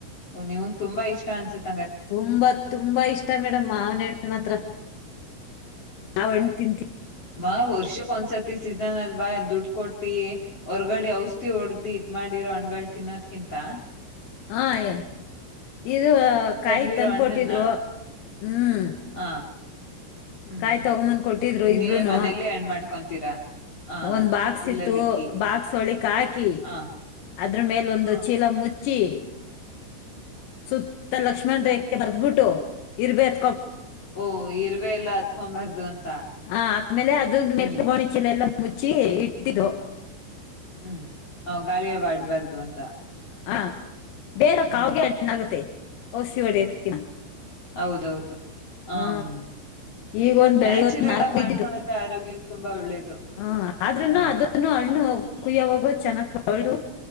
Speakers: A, on the left; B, on the left.
A: ಓ ನಿಮ್ಗ ತುಂಬಾ ಇಷ್ಟ ಅನ್ಸುತ್ತ.
B: ತುಂಬಾ ತುಂಬಾ ಇಷ್ಟ ಮೇಡಮ್ ಮಾವನ ಹಣ್ಣ ಮಾತ್ರ. ಯಾವ ಹಣ್ಣ ತಿನ್ನತಿವಿ.
A: ಮಾವ ವರ್ಷ ಒಂದ್ಸತಿ. <unintelligible> ಸೀಸನ ಅಲ್ವಾ ದುಡ್ಡು ಕೊಟ್ಟಿ ಹೊರ್ಗಡೆ ಔಷಧಿ ಹೊಡದಿ ಇದ ಮಾಡಿರೋ ಹಣ್ಣಗಳ ತಿನ್ನೋದ್ಕಿಂತ. ತಾ.
B: ಹಾ ಹೇಳ್ ಇದು
A: ತಂದಿರೋ
B: ಕಾಯಿ ತಂದ
A: ಹಣ್ಣನ್ನ
B: ಕೊಟ್ಟಿದ್ರು ಹ್ಮ್
A: ಹ ಹ್ಮ್
B: ಕಾಯಿ ತಗೊಂಬಂದ್ ಕೊಟ್ಟಿದ್ರು ಇಬ್ರೂನು
A: ನೀವೇ ಮನೇಲಿ ಹಣ್ ಮಾಡ್ಕೊಂತೀರಾ ಹ
B: ಒಂದ್ ಬಾಕ್ಸ್
A: ಹುಲ್ಲಲಿಕ್ಕಿ
B: ಇತ್ತು ಬಾಕ್ಸ್ ಒಳಿ ಹಾಕಿ
A: ಆ
B: ಅದ್ರ ಮೇಲೆ ಒಂದು
A: ಹ
B: ಚೀಲ ಮುಚ್ಚಿ ಮುಚ್ಚಿ ಸುತ್ತ ಲಕ್ಷ್ಮಣ ರೇಖೆ ಬರ್ದ ಬಿಟ್ಟು ಇರ್ಬೇಕ
A: ಓ ಇರ್ವೆ ಎಲ್ಲ ಹತ್ಕೊಬಾರ್ದು ಅಂತ
B: ಹ ಆಮೇಲೆ ಅದ
A: ಹ್ಮ್
B: ಮೇಲೆ ಗೋಣಿಚೀಲ ಎಲ್ಲ ಮುಚ್ಚಿ ಇಟ್ಟಿದ್ದು
A: ಹ್ಮ್ ಗಾಳಿಯವಾಡ್ಬಾರ್ದು ಅಂತ
B: ಹಂ ಬೇರೆ
A: ಹ್ಮ್
B: ಕಾವಗೆ ಹಣ್ಣಗತ್ತೆ ಔಸಿ ಒಡೆಯೊಡಕಿನ್ನ
A: ಹೌದೌದು ಹ್ಮ್
B: ಹಾ ಈಗ ಒಂದ್ ಬೆಳಿಗ್ಗೆ
A: ನ್ಯಾಚುರಲ್
B: ಒಂದ್ ನಾಲ್ಕು
A: ಆಗಿ ಮಾಡ್ಕೊಳೋದೆ
B: <unintelligible>
A: ಆರೋಗ್ಯಕ್ಕೆ ತುಂಬಾ ಒಳ್ಳೇದು
B: ಹ ಆದ್ರೂನು
A: ಹಾ
B: ಅದನ್ನು ಹಣ್ಣು ಕುಯ್ಯವಾಗೋ ಚೆನ್ನಾಗ್ ಪಡುು